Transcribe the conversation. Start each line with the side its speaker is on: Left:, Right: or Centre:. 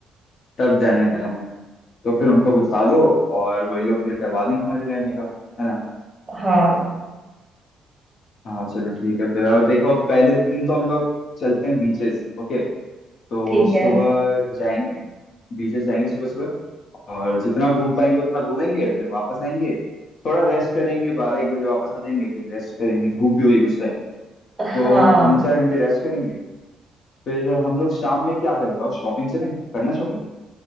Left: तब डन है डन है तो फिर उनको बता दो और वही लोग फिर करवा देंगे हमारे रहने का है ना
Right: हाँ
Left: हाँ चलो ठीक है फिर अब देखो पहले दिन तो हम लोग चलते हैं बीचेस ओके तो
Right: ठीक
Left: सुबह
Right: है
Left: जाएंगे बीचेस जाएंगे सुबह सुबह और जितना घूम पाएंगे उतना घूमेंगे फिर वापस आएंगे थोड़ा रेस्ट करेंगे बारह एक बजे वापस आ जाएंगे फिर रेस्ट करेंगे धूप भी होगी कुछ टाइम
Right: हाँ
Left: तो तीन चार घंटे रेस्ट करेंगे फिर हम लोग शाम में क्या करें बताओ शॉपिंग चलें करना शॉपिंग